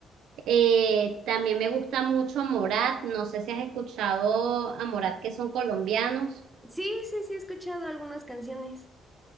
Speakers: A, on the right (about 80°); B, in the centre.
A: Eh, también me gusta mucho Morat, no sé si has escuchado a Morat que son colombianos.
B: Sí, sí, sí, he escuchado algunas canciones.